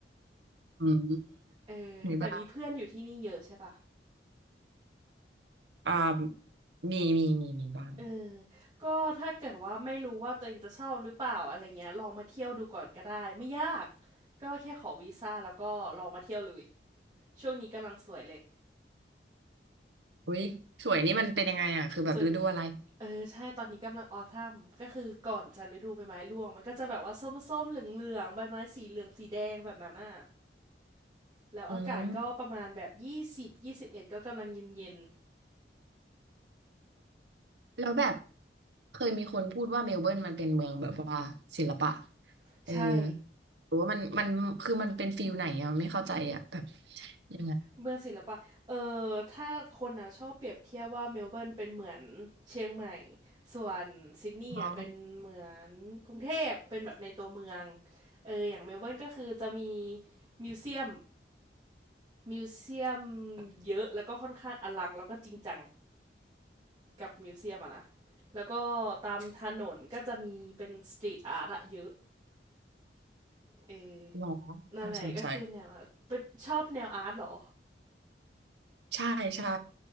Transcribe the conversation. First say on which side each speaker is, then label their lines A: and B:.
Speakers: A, on the right (about 85°); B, on the right (about 25°).
A: อืม
B: เออแต่มีเพื่อนอยู่ที่นี่เยอะใช่ปะ
A: มีบ้างอ่ามีมีมีมีบ้าง
B: เออก็ถ้าเกิดว่าไม่รู้ว่าตัวเองจะชอบหรือเปล่าอะไรเงี้ยลองมาเที่ยวดูก่อนก็ได้ไม่ยากก็แค่ขอวีซ่าแล้วก็ลองมาเที่ยวเลยช่วงนี้กำลังสวยเลย
A: อุ้ยสวยนี่มันเป็นยังไงอ่ะคือแบบฤดูอะไร
B: ส่วนเออใช่ตอนนี้กำลังออท m มก็คือก่อนจะฤดูใบไม้ร่วงมันก็จะแบบว่าส้มๆเหลืองๆใบไม้สีเหลืองสีแดงแบบนั้นน่ะแล้วอากาศก็ประมาณแบบยี่สิบยี่สิบเอ็ดก็กำลังเย็น
A: อืม แล้วแบบเคยมีคนพูดว่าเมลเบิร์นมันเป็นเมืองแบบว่าศิลปะ
B: ๆใช่
A: เออหรือว่ามันมันคือมันเป็นฟิลไหนอะไม่เข้าใจอะแบบยังไง
B: เมืองศิลปะ เออ ถ้าคนอ่ะชอบเปรียบเทียบว่าเมลเบิร์นเป็นเหมือนเชียงใหม่ ส่วนซิดนีย์อ่ะเป็นเหมือนกรุงเทพ
A: อ๋อ
B: เป็นแบบในตัวเมือง เออ อย่างเมลเบิร์นก็คือจะมีมิวเซียมมิวเซียมเยอะแล้วก็ค่อนข้างอลังแล้วก็จริงจังกับมิวเซียมอะนะ แล้วก็ตามถนนก็จะมีเป็นสตรีทอาร์ตอะเยอะ เออ
A: หรอ
B: นั่นแหละก็คือแนวอะเป็นชอบแนวอาร์ตเหรอ
A: น่าสนใจใช่ใช่